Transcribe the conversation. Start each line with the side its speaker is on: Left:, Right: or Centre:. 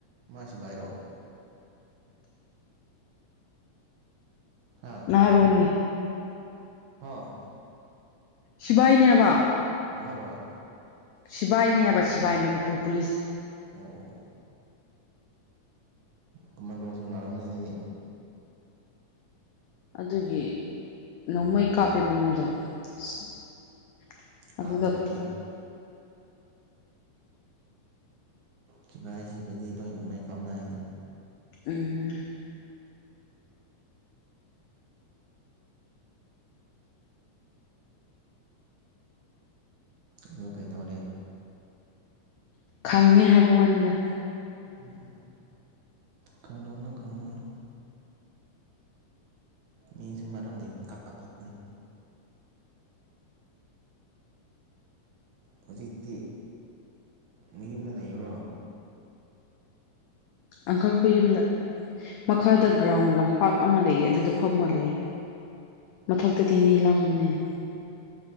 Right: ꯃꯥ ꯁꯤꯐꯥꯏꯔꯣ ꯍꯥ
Left: ꯑꯥꯔꯣꯟꯅꯤ
Right: ꯍꯥꯥ
Left: ꯁꯤꯕꯥꯏꯅꯦꯕ
Right: ꯅꯍꯥꯔꯣꯜ
Left: ꯁꯤꯕꯥꯏꯅꯤ ꯍꯥꯏꯕ ꯁꯤꯕꯥꯏ ꯃꯅꯤꯄꯨꯔ ꯄꯨꯂꯤꯁ ꯫
Right: ꯑꯣ ꯑꯣ ꯀꯃꯟꯗꯣꯡꯁꯤꯡ ꯅꯥꯔꯔꯕꯅꯤꯗꯨꯗꯤ
Left: ꯑꯗꯨꯒꯤ ꯅꯣꯡꯃꯩ ꯀꯥꯞꯄꯦꯕ ꯃꯣꯏꯗꯣ ꯫ <unintelligible>
Right: ꯀꯥꯞꯇ꯭ꯔꯗꯤ
Left: ꯑꯗꯨꯗ
Right: ꯁꯤꯐꯥꯏ ꯁꯤꯕꯗꯤ ꯂꯣꯏ ꯅꯨꯡꯃꯩ ꯀꯥꯞꯅꯩꯏ ꯑꯩꯅ
Left: ꯎꯝ
Right: ꯑꯗꯨꯒ ꯀꯩꯗꯧꯔꯦ
Left: ꯈꯪꯉꯦ ꯍꯥꯏꯕ ꯋꯥꯅꯤꯗ
Right: ꯎꯝ ꯈꯪꯉꯨꯅꯨ ꯈꯪꯉꯨꯅꯨ ꯃꯤꯁꯨ ꯃꯔꯝ ꯂꯩꯅ ꯀꯥꯞ <unintelligible> ꯍꯧꯖꯤꯛꯇꯤ ꯃꯌꯨꯝꯗ ꯂꯩꯕ꯭ꯔꯣ
Left: ꯑꯪꯀꯜ ꯈꯣꯏ ꯌꯨꯝꯗ ꯃꯈꯥꯗ ꯒ꯭ꯔꯥꯎꯟ ꯂꯝꯄꯥꯛ ꯑꯃ ꯂꯩꯌꯦ ꯑꯗꯨꯗ ꯐꯝꯃ ꯂꯩꯌꯦ ꯃꯊꯛꯇꯗꯤ ꯃꯤ ꯂꯥꯡꯕꯅꯤꯅ